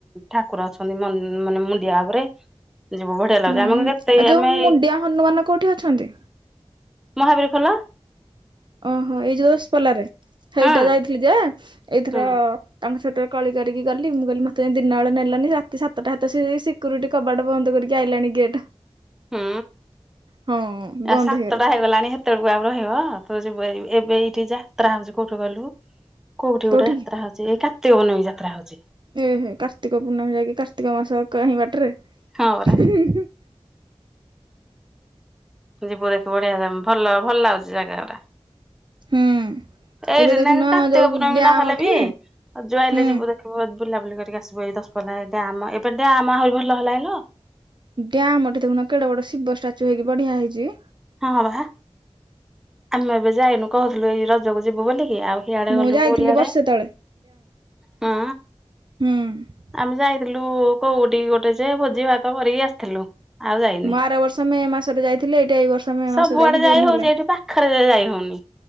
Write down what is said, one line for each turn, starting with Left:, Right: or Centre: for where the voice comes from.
Centre: ଠାକୁର ଅଛନ୍ତି ମାନେ ମୁଣ୍ଡିଆ ଉପରେ ଯିବୁ ବଢିଆ ଲାଗୁଛି
Right: ହୁଁ
Centre: ଆମ କେତେ
Right: ଆଉ ଯୋଉ
Centre: ଆମେ
Right: ମୁଣ୍ଡିଆ ହନୁମାନ କେଉଁଠି ଅଛନ୍ତି?
Centre: ମହାବୀର ଖୋଲା।
Right: ଓହୋ ଏଇ ଯୋ ଦଶପଲ ରେ ସେଇଟା
Centre: ହଁ
Right: ଯାଇଥିଲି ଯେ ଏଇଥର
Centre: ହୁଁ
Right: ତାଙ୍କ ସେହିତରେ କଳି କରିକି ଗଲି ମୁଁ କଲି ମତେ ଦିନବେଳେ ନେଲନି ରାତି ସାତଟା ହାତ ସେ ସିକ୍ୟୁରିଟି କବାଟ ବନ୍ଦ କରିକି ଆଇଲାଣି ଗେଟ୍।
Centre: ହୁଁ
Right: ହଁ ବନ୍ଦ
Centre: ଆ ସାତଟା
Right: ହେଇଗଲା
Centre: ହେଇଗଲାଣି ସେ କେତେବେଳକୁ ଆଉ ରହିବ ତ ଯ ଏବେ ଏଇଠି ଯାତ୍ରା ହଉଛି କୋଉଠୁ ଗଲୁ। କୋଉଠି
Right: କୋଉଠିକି
Centre: ଗୋଟେ ଯାତ୍ରା ହଉଛି ଏଇ କାର୍ତିକୂଣ୍ଣମୀ ଯାତ୍ରା ହଉଛି।
Right: ଓହୋ କାର୍ତ୍ତିକ ପୂର୍ଣ୍ଣମୀ ଯାଇକି କାର୍ତ୍ତିକ ମାସହିଁ ବାଟରେ।
Centre: ହଁ ପରା। ଯିବୁ ଦେଖି ବଢିଆ ଭଲ ଭଲ ଲାଗୁଛି ଜାଗା ଗଟା
Right: ହୁଁ
Centre: ଏଇଦନା
Right: ଏବେ ଦେଖୁନ
Centre: କାର୍ତ୍ତିକ
Right: ଯୋଉ
Centre: ପୂର୍ଣ୍ଣମୀ
Right: ଡ୍ୟାମ
Centre: ନହେଲେ
Right: ଏଠି
Centre: ବି ଆ ଯୁଆଇଲେ
Right: ହୁଁ
Centre: ଯିବୁ ଦେ ଖାଇବୁ ବୁଲାବୁଲି କରିକି ଆସିବ ଏଇ ଦଶ ପଲା ଏଟା ଆମ ଏବେ ଟ ଆମ ଆହୁରି ଭଲ ହେଲାଣିଁ
Right: ଡମ୍ ଏଠି ଦେଖୁନ କେଡେ ବଡ ଶିବ ଷ୍ଟାଚୁ ହେଇକି ବଢିଆ ହେଇଛି।
Centre: ହଁ ବା। ଆମେ ଏବେ ଯାଇନୁ କହୁଥିଲୁ ଏଇ ରଜକୁ ଯିବୁ ବୋଲିକି ଆଉ ସିଆଡେ
Right: ମୁଁ
Centre: ଗଲୁ
Right: ଯାଇଥିଲି
Centre: ପୁରିଆଡେ
Right: ବର୍ଷେ ତଳେ
Centre: ହଁ।
Right: ହଁ।
Centre: ଆମେ ଯାଇଥିଲୁ କୋଉଠିକି ଗୋଟେ ଯେ ଭୋଜି ଭାତ କରିକି ଆସିଥିଲୁ। ଆଉ ଯାଇନି।
Right: ମୁଁ ଆର ବର୍ଷ ମେ ମାସରେ ଯାଇଥିଲି ଏଇଟା ଏଇ ବର୍ଷ ମେ
Centre: ସବୁଆଡେ
Right: ମାସ ଯାଇକି
Centre: ଯାଇ
Right: ଜୁନ
Centre: ହଉଛି
Right: ହେଲାଣି।
Centre: ଏଇଠି ପାଖରେ ଯାଇ ହଉନି